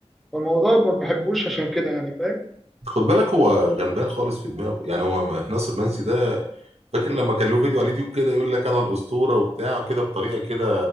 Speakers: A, in the centre; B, on the right.
A: فالموضوع ما بحبوش عشان كده يعني فاهم؟
B: خد بالك هو غلبان خالص في دماغه يعني هو م- ناصر منسي ده فاكر لما كان له فيديو على اليوتيوب كده يقول لك انا الاسطوره وبتاع كده بطريقه كده